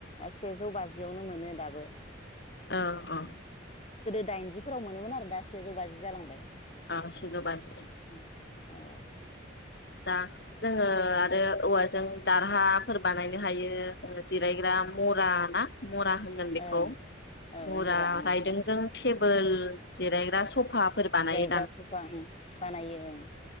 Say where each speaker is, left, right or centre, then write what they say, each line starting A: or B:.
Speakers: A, on the left (about 30°); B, on the left (about 55°).
A: सेजौ बाजियावनो मोनो दाबो।
B: अ अ।
A: दाइनजिफो फोराव मोनोमोन आरो दा सेजौ बाजि जालांबाय।
B: आ सेजौ बाजि
A: औ ओं
B: आ दा जोङो आरो औवाजों दारहाफोर बानायनो हायो जो जिरायग्रा मुरा ना मुरा होनगोन
A: ओं
B: बेखौ
A: औ
B: मुरा
A: ओं
B: रायदोंजों थेबोल जिरायग्रा सफाफोर बानाय
A: ग्रा सुफां बानायो ओं।